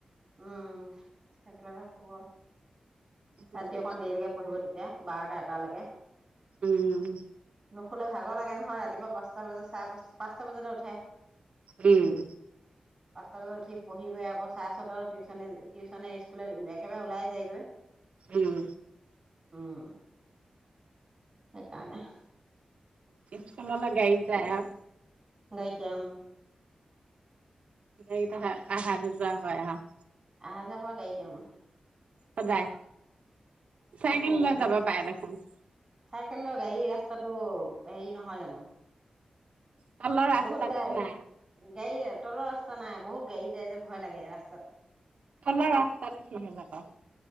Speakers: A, on the right (about 35°); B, on the right (about 75°).
A: উ উম একেলগে শুব।
B: উম
A: ৰাতি অকণ দেৰিলৈকে পঢ়িব তেতিয়া বাৰটা এটালৈকে।
B: উম
A: নুশুলে ভাগৰ লাগে নহয় ৰাতিপুৱা পাঁচটা বজাত, চাৰে পাঁচ- পাঁচটা বজাতে উঠে।
B: উম উম
A: পাছলৈ উঠি পঢ়ি গৈ আকৌ চাৰে ছটালৈ টিউচনে- টিউচনে স্কুলে একেবাৰে ওলাই যায়গৈ।
B: উম
A: উম। সেইকাৰণে
B: স্কুললৈ গাড়ীত যায় আৰু।
A: গাড়ীত যাম।
B: গ'তে কেইটা আহা- যোৱা কৰে আউ।
A: আহা যোৱা কৰা গাড়ীতে মই
B: সদায়। চাইকেল লৈ যাব পাৰে দেখোন। অ।
A: চাইকেললৈ, গাড়ী ৰাস্তাটো হেৰি নহয় জানো।
B: তলৰ ৰাস্তাটো
A: বহুত গা-গাড়ী
B: নাই
A: তলৰ ৰাস্তা নাই। বহুত গাড়ী যায় যে। ভয় লাগে ৰাস্তাত
B: তলৰ ৰাস্তটো কিহল আকৌ।